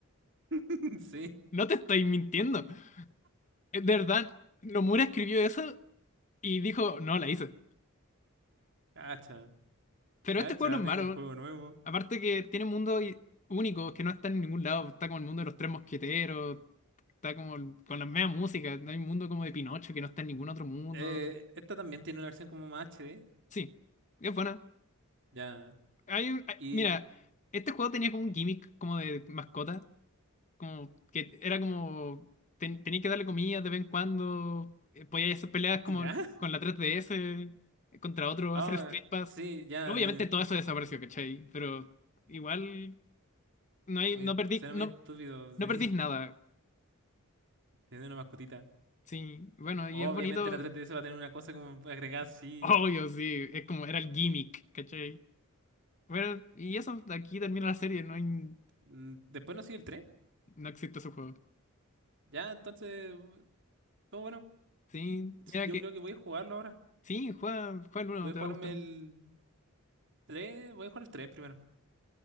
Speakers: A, on the right; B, on the left.
A: <laughs> Sí.
B: No te estoy mintiendo. Eh, De verdad, Nomura escribió eso y dijo, no, la hice.
A: Cacha,
B: Pero
A: cacha,
B: este juego no es
A: tengo
B: malo.
A: juego nuevo.
B: Aparte que tiene un mundo i- único que no está en ningún lado. Está como el mundo de los tres mosqueteros, está como el- con la misma música. No Hay un mundo como de Pinocho que no está en ningún otro mundo.
A: Eh, esta también tiene una versión como más HD.
B: Sí, es buena.
A: Ya.
B: Hay un, hay-
A: Y
B: mira, este juego tenía como un gimmick como de mascota, como que era como ten- tenía que darle comida de vez en cuando, eh, podía hacer peleas como
A: <laughs> ya.
B: con la 3DS contra otro,
A: Ah,
B: hacer split pass.
A: sí, ya,
B: Obviamente
A: ya, ya.
B: todo eso desapareció, ¿cachai? Pero igual no hay,
A: No Me-
B: no perdí,
A: Suena
B: no,
A: muy estúpido,
B: no
A: sí.
B: perdís nada.
A: <laughs> Tiene una mascotita.
B: Sí, bueno,
A: Obviamente
B: y es bonito,
A: la 3DS va a tener una cosa como agregada, sí.
B: <laughs> obvio, sí, es como era el gimmick, ¿cachai? Bueno, y eso, aquí termina la serie, no hay, no
A: Mm, Después no sigue el 3.
B: existe ese juego.
A: Ya, entonces, todo bueno.
B: Sí, mira
A: Yo
B: que
A: creo que voy a jugarlo ahora.
B: Sí, juega, juega el
A: Voy
B: uno,
A: a
B: te
A: jugarme
B: va a gustar
A: el
B: mucho.
A: 3. Voy a jugar el 3 primero.